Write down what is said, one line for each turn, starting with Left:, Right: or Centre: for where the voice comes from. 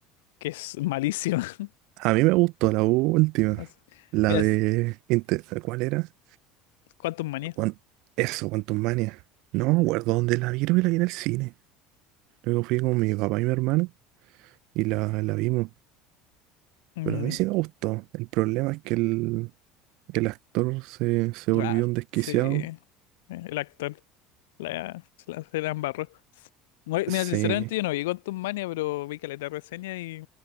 Left: que es malísimo. <laughs>
Right: A mí me gustó la última.
Left: No sé.
Right: La
Left: Mira,
Right: de... Inte- ¿Cuál era?
Left: ¿cuántos manías?
Right: Guan- Eso, Quantum Mania. No me acuerdo dónde la vi, creo que la vi en el cine. Luego fui con mi papá y mi hermano y la, la vimos.
Left: Mm,
Right: Pero a mí sí me gustó. El problema es que el, el actor se, se volvió
Left: ah,
Right: un desquiciado.
Left: sí. El actor la, se la, se la embarró. No, Mira,
Right: Sí,
Left: sinceramente yo no vi Quantum Mania, pero vi caleta de reseña y,